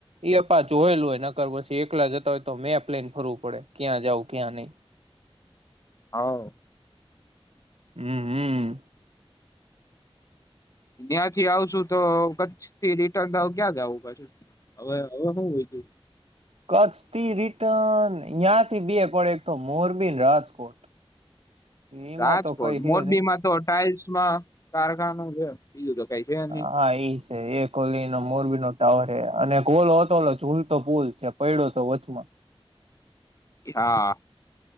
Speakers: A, on the right; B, on the left.
A: એ પા જોયેલું હોય નકર પછી એકલા જતા હોય તો મેં પ્લેન ફરવું પડે ક્યાં જઉં ક્યાં નહી.
B: હા.
A: હમ્મ-હમ્મ.
B: ત્યાંથી આવશું તો કચ્છ થી રિટર્ન ક્યા જ આવું પછ હવે હું લીધું.
A: કચ્છથી રિટર્ન ત્યાંથી બે પડે એક તો મોરબીન રાજકોટ. એમાં
B: રાજકોટ,
A: તો કઈ હે
B: મોરબી
A: નહી
B: માં તો ટાઈલ્સ માં કારખાનો છે. બીજું તો કઈ છે નહી
A: હા એ એ કોલી ન મોરબીનોો ટાવર એ અને ઓલો હતો ચુલતો પુલ છે પડ્યો હતો વચમાં.
B: હા!